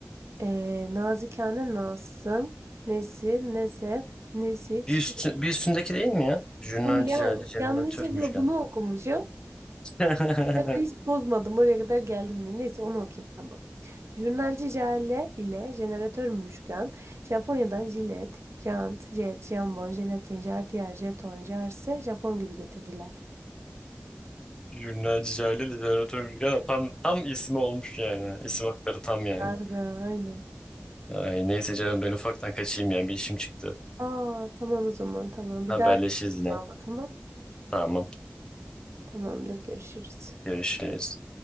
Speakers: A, on the right (about 80°); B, on the left (about 15°).
A: eee nazikane nasım, nesir, nesep, nesiç.
B: Bir, üstü, bir üstündeki değil mi ya? Jurnalci
A: Bunu ya,
B: Cale Jeneratör
A: yanlışlıkla
B: Müjgan.
A: bunu okumuşum.
B: <laughs>
A: Ben de hiç bozmadım. Oraya kadar geldim diye. Neyse onu okuyayım tamam. Jurnalci Jale ile jeneratör Müşkan, Japonya'dan jilet, jant, jet, jambon, jelatin, jartiyer, jeton, jarse, Japon gülü getirdiler.
B: Jurnalci Cale Jeneratör Müjgan. Tam, tam ismi olmuş yani. İsim hakları tam yani.
A: Darbe, aynen.
B: Ay, neyse canım ben ufaktan kaçayım ya. Bir işim çıktı.
A: Aa tamam o zaman tamam.
B: Haberleşiriz
A: Bir daha yapalım
B: yine.
A: ama tamam.
B: Tamam.
A: Tamamdır görüşürüz.
B: Görüşürüz.